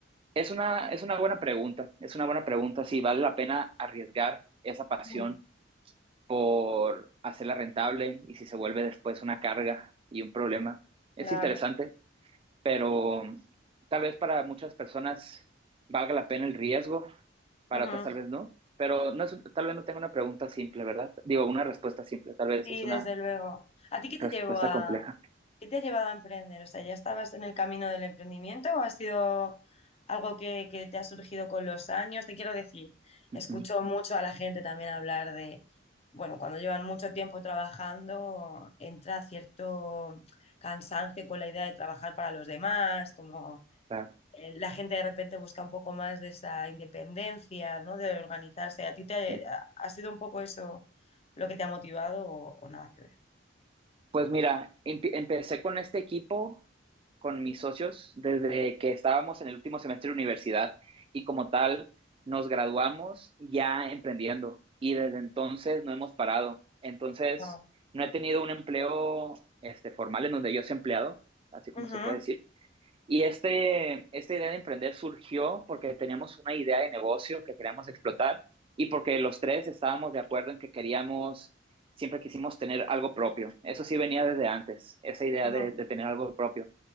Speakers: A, on the right; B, on the left.
A: Es una, es una buena pregunta, es una buena pregunta si vale la pena arriesgar esa pasión
B: Mm,
A: por hacerla rentable y si se vuelve después una carga y un problema. Es
B: Claro.
A: interesante, pero tal vez para muchas personas valga la pena el riesgo, para
B: Ujú.
A: otras tal vez no, pero no es, un- tal vez no tenga una pregunta simple, ¿verdad? Digo, una respuesta simple, tal vez
B: Sí,
A: es
B: desde
A: una
B: luego. ¿A ti qué te
A: respuesta
B: llevó a,
A: compleja.
B: qué te ha llevado a emprender? O sea, ¿ya estabas en el camino del emprendimiento o ha sido algo que, que te ha surgido con los años? Te quiero decir,
A: Ujú,
B: escucho mucho a la gente también hablar de, bueno, cuando llevan mucho tiempo trabajando, entra cierto cansancio con la idea de trabajar para los demás, como
A: claro,
B: eh, la gente de repente busca un poco más de esa independencia, ¿no? De organizarse. ¿A ti te
A: sí.
B: ha, ha sido un poco eso lo que te ha motivado o o nada que ver?
A: Pues mira, empe- empecé con este equipo con mis socios desde que estábamos en el último semestre de universidad y como tal nos graduamos ya emprendiendo y desde entonces no hemos parado. Entonces,
B: No.
A: no he tenido un empleo este, formal en donde yo sea empleado, así como
B: Ujú,
A: se puede decir. Y este, esta idea de emprender surgió porque teníamos una idea de negocio que queríamos explotar y porque los tres estábamos de acuerdo en que queríamos, siempre quisimos tener algo propio. Eso sí venía desde antes, esa idea
B: ujú,
A: de, de tener algo propio.